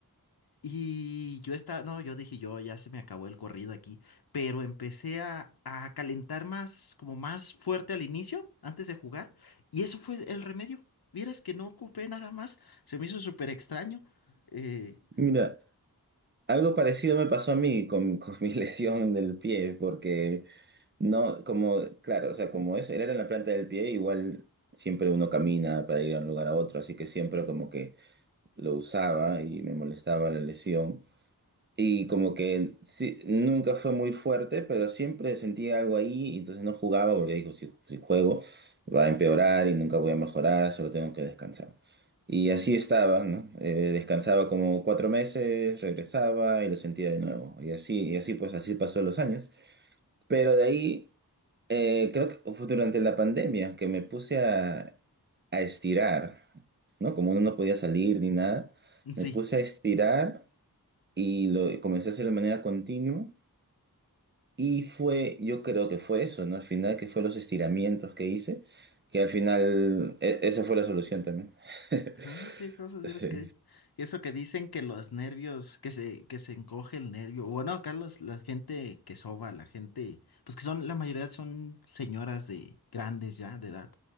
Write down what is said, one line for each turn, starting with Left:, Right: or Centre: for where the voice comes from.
Left: y yo estaba, no, yo dije, yo ya se me acabó el corrido aquí, pero empecé a, a calentar más, como más fuerte al inicio, antes de jugar, y eso fue el remedio. Vieras que no ocupé nada más, se me hizo súper extraño. Eh,
Right: Mira. Algo parecido me pasó a mí con, con mi <laughs> lesión del pie, porque no, como, claro, o sea, como es, él era en la planta del pie, igual siempre uno camina para ir de un lugar a otro, así que siempre como que lo usaba y me molestaba la lesión. Y como que sí, nunca fue muy fuerte, pero siempre sentía algo ahí, y entonces no jugaba porque dijo, si, si juego va a empeorar y nunca voy a mejorar, solo tengo que descansar. Y así estaba, ¿no? Eh, descansaba como cuatro meses, regresaba y lo sentía de nuevo. Y así, y así pues así pasó los años. Pero de ahí, eh, creo que fue durante la pandemia que me puse a, a estirar, ¿no? Como uno no podía salir ni nada,
Left: sí.
Right: me puse a estirar y lo comencé a hacer de manera continua y fue, yo creo que fue eso, ¿no? Al final, que fue los estiramientos que hice, que al final e- esa fue la solución también. <laughs>
Left: Oh, qué cosas
Right: Sí,
Left: eres que eso que dicen que los nervios, que se, que se encoge el nervio. Bueno, acá los- la gente que soba, la gente, pues que son, la mayoría son señoras de grandes ya, de edad,